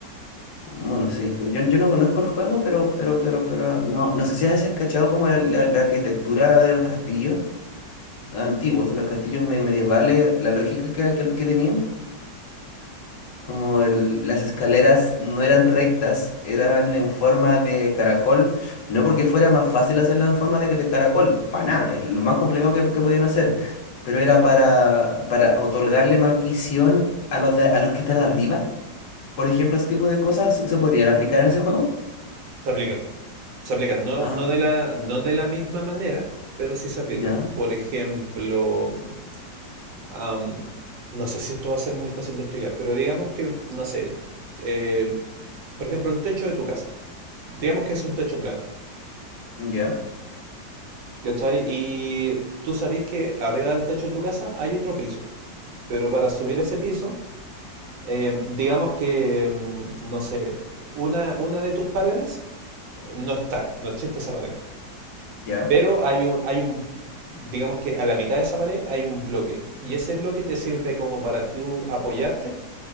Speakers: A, on the left; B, on the right.
A: Bueno, sí, pero yo, yo no conozco el juego, pero, pero, pero, pero, no, no sé si has cachado como la, la- la arquitectura de los castillos antiguos, o los castillos me- medievales, la lógica que, que- que tenían. Como el- las escaleras no eran rectas, eran en forma de caracol, no porque fuera más fácil hacerlas en forma de, de caracol, para nada, es lo más complicado que, que podían hacer, pero era para, para otorgarle más visión a los, de- a los que están arriba. Por ejemplo, ese tipo de cosas se se podrían aplicar en ese juego.
B: Se aplican. Se aplican, no,
A: Ah,
B: no de la, no de la misma manera, pero sí se aplican.
A: ya,
B: Por ejemplo, mm, am, no sé si esto va a ser muy fácil de explicar, pero digamos que, no sé, eh, por ejemplo, el techo de tu casa. Digamos que es un techo plano,
A: ya,
B: ¿cachai? Y tú sabés que arriba del techo de tu casa hay otro piso, pero para subir ese piso, eh, digamos que, mm, no sé, una, una de tus paredes eh, no está, no existe esa pared.
A: ya,
B: Pero hay un, hay un, digamos que a la mitad de esa pared hay un bloque. Y ese bloque te sirve como para tú apoyarte